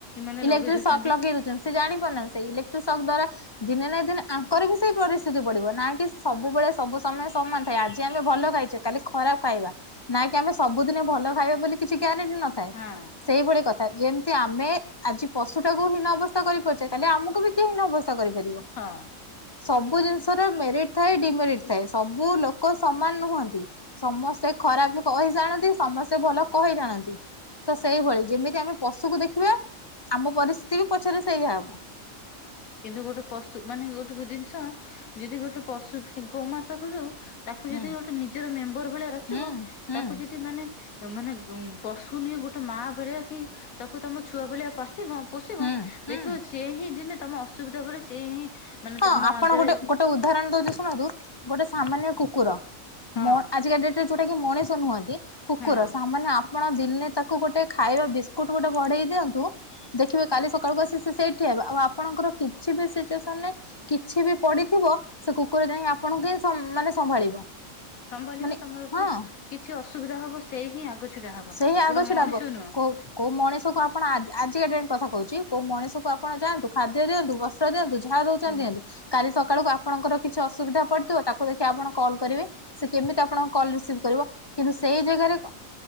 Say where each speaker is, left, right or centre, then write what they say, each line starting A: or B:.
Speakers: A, on the left; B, on the left.
A: ମାନେ
B: ଇଲେକ୍ଟ୍ରିକ୍
A: ଲଗେଇ ଦଉଛନ୍ତି
B: ସକ୍ ଲଗେଇଦ ସେ ଜାଣିପାରୁନାହାନ୍ତି ସେ ଇଲେକ୍ଟ୍ରି ସକ୍ ଦ୍ୱାରା ଦିନେ ନା ଦିନେ ଆଙ୍କର ବି ସେଇ ପରିସ୍ଥିତି ପଡିବ। ନା କି ସବୁବେଳେ ସବୁ ସମୟ ସମାନ ଥାଏ। ଆଜି ଆମେ ଭଲ ଖାଇଚେ କାଲି ଖରାପ ଖାଇବା। ନାଇ କି ଆମେ ସବୁଦିନେ ଭଲ ଖାଇବା ବୋଲି କିଛି ଗ୍ୟାରେଣ୍ଟି ନ ଥାଏ।
A: ହଁ
B: ସେଇଭଳି କଥା ଯେମତି ଆମେ ଆଜି ପଶୁଟାକୁ ହିନ ଅବସ୍ କରିପାରୁଚେ କାଲି ଆମକୁ ବି କେହି ହିନ ଅବସ୍ତା କରିପାରିବ।
A: ହଁ।
B: ସବୁ ଜିନିଷ ରେ ମେରିଟ୍ ଥାଏ ଡିମେରିଟ୍ ଥାଏ। ସବୁ ଲୋକ ସମାନ ନୁହନ୍ତି। ସମସ୍ତେ ଖରାପ କହି ଜାଣନ୍ତି ସମସ୍ତେ ଭଲ କହି ଜାଣନ୍ତି। ତ ସେଇଭଳି ଯେମିତି ଆମେ ପଶୁକୁ ଦେଖିବା, ଆମ ପରିସ୍ଥିତି ବି ପଛରେ ସେଇଆ ହବ।
A: କିନ୍ତୁ ଗୋଟେ ପଶୁ ମାନେ ଗୋଟେ ଜିନିଷ ଯଦି ଗୋଟେ ପଶୁ ଗୋମାତାକୁ ବି ହଉ ତାକୁ ଯଦି
B: ହୁଁ
A: ଗୋଟେ ନିଜର ମେମ୍ବର ଭଳିଆ ରଖିବ,
B: ହୁଁ ହୁଁ
A: ତାକୁ ଯଦି ମାନେ ମାନେ ଗୁ ପଶୁ ନିହଁ ଗୋଟେ ମା ଭଳିଆ କି ତାକୁ ତମ ଛୁଆ ଭଳିଆ ପୋଶିିବ ପୋଷିବ
B: ହୁଁ ହୁଁ
A: ଦେଖିବ ସେ ହିଁ ଦିନେ ତମ ଅସୁବିଧା ବେଳେ ସେ ହିଁ ମାନେ
B: ହଁ
A: ତମ
B: ଆପଣ
A: ଆଗରେ
B: ଗୋଟେ ଗୋଟେ ଉଦାହରଣ ଦଉଚି ଶୁଣନ୍ତୁ ଗୋଟେ ସାମାନ୍ୟ କୁକୁର
A: ହଁ
B: ମ ଆଜିକା ଡେଟ୍ ରେ ଯୋଉଟା କି ମଣିଷ ନୁହନ୍ତି କୁକୁର
A: ହଁ
B: ସାମାନ୍ୟ ଆ ଆପଣ ଦିନେ ତାକୁ ଗୋଟେ ଖାଇବା ବିସ୍କୁଟ ଗୋଟେ ବଢେଇ ଦିଅନ୍ତୁ ଦେଖିବେ କାଲି ସକାଳୁ ଆସି ସେ ସେଇଠି ହବ। ଆଉ ଆପଣଙ୍କର କିଛି ବି ସିଚୁଏସନ୍ ରେ କିଛି ବି ପଡିଥିବ, ସେ କୁକୁର ଯାଇ ଆପଣଙ୍କୁ ହିଁ ସମ୍ ମାନେ ସମ୍ଭାଳିବ।
A: ସମ୍ଭାଳିବ
B: ମାନେ
A: ତମକୁ
B: ହଁ
A: କିଛି ଅସୁବିଧା ହବ ସେଇ ହିଁ ଆଗ ଛିଡା ହବ।
B: ସେଇ
A: ଗୋଟେ
B: ଆଗ ଛିଡା
A: ମଣିଷ
B: ହବ
A: ନୁହଁ।
B: କୋଉ କୋଉ ମଣିଷ କୁ ଆପଣ ଆଜ୍ ଆଜିକା ଡେଟ୍ କଥା କହୁଚି କୋଉ ମଣିଷକୁ ଆପଣ ଯାଆନ୍ତୁ ଖାଦ୍ୟ ଦିଅନ୍ତୁ ବସ୍ତ୍ର ଦିଅନ୍ତୁ ଯାହା ଦଉଛନ୍ତି
A: ହୁଁ
B: ଦିଅନ୍ତିୁ। କାଲି ସ ସକାଳ କୁ ଆପଣଙ୍କର କିଛି ଅସୁବିଧା ପଡିଥିବ, ତାକୁ ଦେଖିଆ ଆପଣ କଲ୍ କରିବେ, ସେ କେମିତି ଆପଣଙ୍କ କଲ ରିସିଭ୍ କରିବ। କିନ୍ତୁ ସେଇ ଜେଗାରେ କ